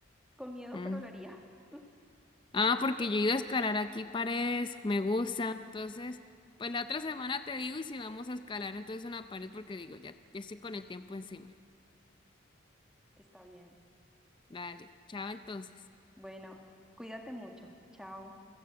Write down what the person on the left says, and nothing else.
Mm.
Ah, porque yo he ido a escalar aquí paredes, me gusta. Entonces, pues la otra semana te digo y si vamos a escalar entonces una pared porque digo, ya, ya estoy con el tiempo encima.
Dale, chao entonces.